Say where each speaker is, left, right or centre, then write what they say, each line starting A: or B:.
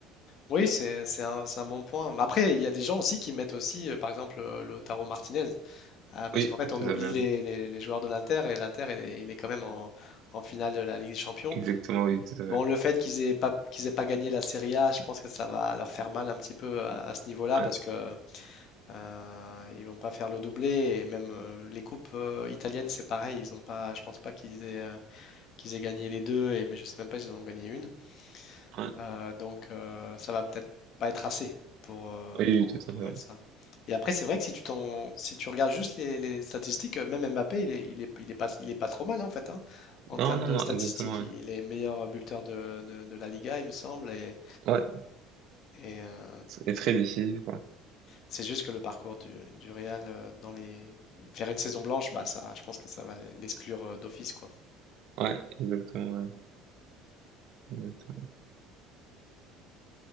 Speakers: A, on the left; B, on the right.
A: oui, c'est, c'est un, c'est un bon point. Mais Après, il y a des gens aussi qui mettent aussi, euh, par exemple, euh, Lautaro Martinez. Ah, parce
B: oui
A: qu'en fait, on
B: tout
A: oublie
B: à fait
A: les,
B: Ouais.
A: les- les joueurs de l'Inter et l'Inter, il est, il est quand même en, en finale de la Ligue des Champions.
B: exactement oui tout à fait
A: Bon, le fait qu'ils aient pas, qu'ils aient pas gagné la Serie A, je pense que ça va leur faire mal un petit peu à, à ce niveau-là
B: ouais,
A: parce que euh, ils vont pas faire le doublé et même euh, les coupes euh, italiennes, c'est pareil. Ils ont pas, je pense pas qu'ils aient, euh, qu'ils aient gagné les deux, et, mais je sais même pas s'ils en ont gagné une.
B: ouais.
A: Euh, donc euh, ça va peut-être pas être assez pour, euh,
B: oui
A: pour,
B: oui, tout
A: pour
B: à fait Ouais.
A: mettre ça. Et après, c'est vrai que si tu t'en, si tu regardes juste les, les statistiques, euh, même Mbappé, il est, il est, il est pas, il est pas trop mal hein, en fait. hein, en
B: non
A: termes
B: non
A: de
B: non
A: statistiques,
B: exactement
A: il
B: ouais,
A: est meilleur buteur de, de, de la Liga, il me semble. Et,
B: ouais.
A: et, euh,
B: c'est très décisif quoi
A: C'est juste que le parcours du, du Real euh, dans les faire une saison blanche, bah ça, je pense que ça va l'exclure euh, d'office quoi.
B: ouais exactement ouais. Exactement.